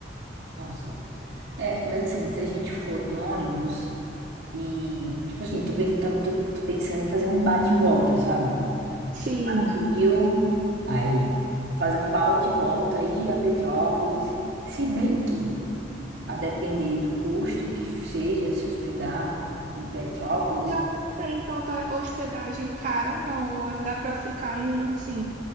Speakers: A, on the right; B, on the right.
A: Nossa. É, mas assim, se a gente for de ônibus e, tipo assim, tô, pens- tava- tô, tô pensando em fazer um bate e volta, sabe? Ficar
B: Sim,
A: no Rio, aí fazer um bate e volta, ir a Petrópolis. Se bem que, a depender do custo que seja se hospedar em Petrópolis,
B: Não tem tanta hospedagem cara, não. Mas Dá pra ficar em um, assim,